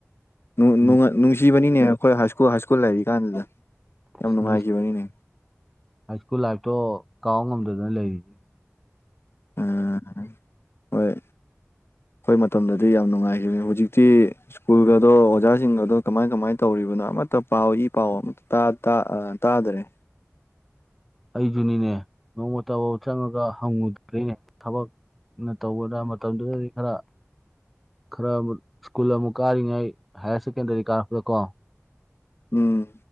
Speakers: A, on the left; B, in the centre.
A: ꯅꯨꯡ
B: ꯎꯝ
A: ꯅꯨꯡ ꯅꯨꯡꯁꯤꯕꯅꯤꯅꯦ ꯑꯩꯈꯣꯏ ꯍꯥꯏ ꯁ꯭ꯀꯨꯜ ꯍꯥꯏ ꯁ꯭ꯀꯨꯜ ꯂꯩꯔꯤ ꯀꯥꯟꯗꯨꯗ ꯌꯥꯝ
B: ꯑꯁ
A: ꯅꯨꯡꯉꯥꯏꯈꯤꯕꯅꯤꯅꯦ
B: ꯍꯥꯏ ꯁ꯭ꯀꯨꯜ ꯂꯥꯏꯐꯇꯣ ꯀꯥꯎꯕ ꯉꯝꯗꯗꯅ ꯂꯩꯔꯤ
A: ꯎꯝ ꯍꯣꯏ ꯑꯩꯈꯣꯏ ꯃꯇꯝꯗꯗꯤ ꯌꯥꯝ ꯅꯨꯡꯉꯥꯏꯈꯤꯕꯅꯤ ꯍꯧꯖꯤꯛꯇꯤ ꯁ꯭ꯀꯨꯜꯒꯗꯣ ꯑꯣꯖꯥꯁꯤꯡꯒꯗꯣ ꯀꯃꯥꯏ ꯀꯃꯥꯏꯅ ꯇꯧꯔꯤꯕꯅꯣ ꯑꯃꯠꯇ ꯄꯥꯎ ꯏ ꯏ ꯄꯥꯎ ꯑꯃꯠꯇ ꯇꯥ ꯇꯥ ꯇꯥꯗꯔꯦ
B: ꯑꯩꯁꯨꯅꯤꯅꯦ ꯅꯣꯡꯃꯇꯕꯧ ꯆꯪꯉꯒ ꯍꯪꯉꯨꯗ꯭ꯔꯦꯅꯦ ꯊꯕꯛ ꯅꯪꯅ <unintelligible> ꯇꯧꯕꯗ ꯃꯇꯝꯗꯨꯗꯗꯤ ꯈꯔ ꯈꯔꯛ <unintelligible> ꯁ꯭ꯀꯨꯜ ꯑꯃꯨꯛ ꯀꯥꯔꯤꯉꯩ ꯍꯥꯏꯔ ꯁꯦꯀꯦꯟꯗꯔꯤ ꯀꯥꯔꯛꯄꯗ ꯀꯣ
A: ꯎꯝ